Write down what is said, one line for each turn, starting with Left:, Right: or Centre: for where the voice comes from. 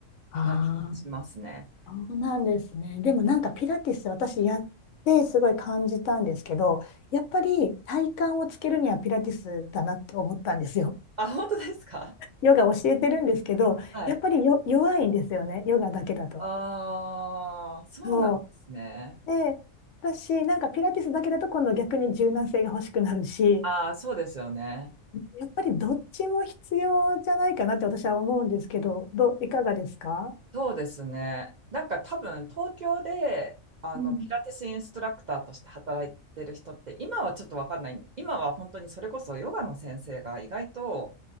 Left: あ
Right: な気がしますね。
Left: あ、そうなんですね。でもなんかピラティス私やってすごい感じたんですけど、やっぱり体幹をつけるにはピラティスだなって思ったんですよ。
Right: あ、本当ですか
Left: ヨガ教えてるんですけど、
Right: はい。
Left: やっぱりよ弱いんですよね、ヨガだけだと。
Right: ああ、そうなんですね。
Left: そう。で、私なんかピラティスだけだと今度逆に柔軟性が欲しくなるし、
Right: ああ、そうですよね。
Left: やっぱりどっちも必要じゃないかなって私は思うんですけど、どう、いかがですか
Right: そうですね。なんか多分東京であのピラティスインストラクターとして働いてる人って今はちょっとわかんない。
Left: うん、
Right: 今は本当にそれこそヨガの先生が意外と